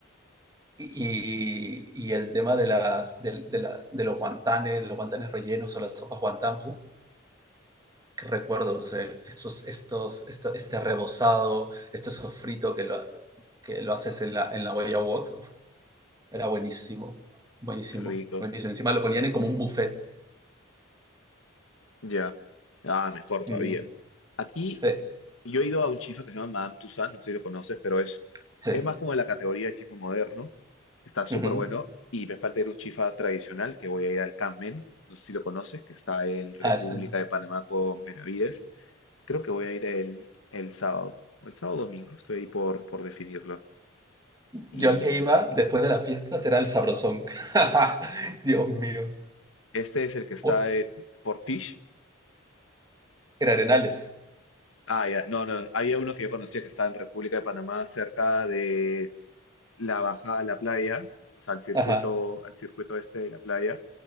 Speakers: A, on the right (about 20°); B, on the left (about 80°).
A: Y, y, el tema de, las, de, de, la, de, los guantanes, los guantanes rellenos o las sopas guantán, puf, que recuerdo, o estos, estos, esto, este rebozado, este sofrito que lo, que lo haces en la, en la Huella wok Era buenísimo, buenísimo,
B: Qué rico.
A: buenísimo. Encima lo ponían en como un buffet.
B: Ya. Ah, mejor todavía.
A: Mm,
B: Aquí
A: Sí,
B: Yo he ido a un chifa que se llama Madame Tussauds, no sé si lo conoces, pero es,
A: sí.
B: es más como de la categoría de chifa moderno. Está súper
A: ujú.
B: bueno. Y me falta ir a un chifa tradicional, que voy a ir al Carmen. No sé si lo conoces, que está en República
A: Ah, ese no.
B: de Panamá con Benavides. Creo que voy a ir el, el sábado, o el sábado domingo, estoy ahí por, por definirlo. Y
A: Yo al que iba después de las fiestas era el sabrosón. <laughs> Dios mío.
B: este es el que está
A: Oh,
B: en, por Fish.
A: era Arenales.
B: Ah, ya, no, no, había uno que yo conocía que estaba en República de Panamá, cerca de la bajada a la playa, o sea, al circuito,
A: Ajá.
B: al circuito este de la playa,